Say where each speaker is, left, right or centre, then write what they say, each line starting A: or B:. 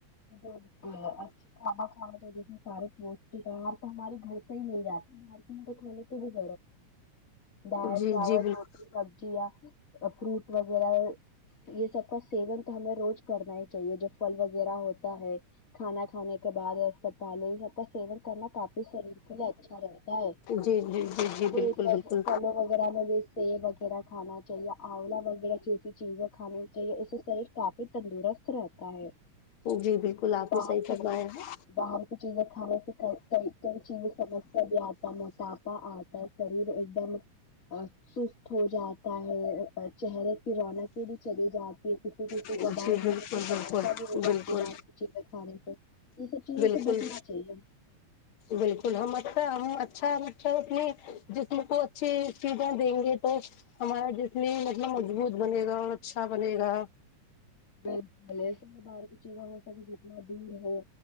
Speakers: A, on the left; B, on the left.
A: بالکل اچھا کھانا کھانے سارے پوشٹک آہار تو ہمارے گھر سے ہی مل جاتی دال
B: جی
A: چاول
B: جی بالکل
A: روٹی سبزیاں اور فروٹ وغیرہ یہ سب کا سیون تو ہمیں روز کرنا ہی چاہیے جو پھل وغیرہ ہوتا ہے کھانا کھانے کے بعد اور پہلے ہی سب کا سیون کرنا کافی شریر کے لیے اچھا رہتا ہے
B: جی جی جی جی
A: فروٹ
B: بالکل
A: وغ-
B: بالکل
A: پھلوں وغیرہ میں جیسے سیب وغیرہ کھانا چاہیے آملہ وغیرہ جیسی چیزیں کھانی چاہیے اس سے شریر کافی تندرست رہتا ہے
B: جی بالکل آپ
A: باہر
B: نے صحیح
A: کی
B: فرمایا ہے
A: باہر کی چیزیں کھانے سے کئ کئی کئی چیزیں سمسیا بھی آتا ہے موٹا پا آتا ہے شریر ایک دم سست ہو جاتا ہے چہرے کی رونقیں بھی چلی جاتی کسی کسی
B: جی بالکل
A: کو بال جھڑنے
B: بالکل
A: کی سمسیا بھی ہو
B: بالکل
A: جاتی باہر کی چیزیں کھانے سے یہ سب چیزوں
B: بالکل
A: سے بچنا چاہیے
B: بالکل ہم اچھا ہم اچھا اچھا اپنے جسم کو اچھی چیزیں دیں گے تو ہمارا جسم بھی مطلب مضبوط بنے گا اور اچھا بنے گا
A: باہر کی چیزوں سے سبھی جتنا دور رہے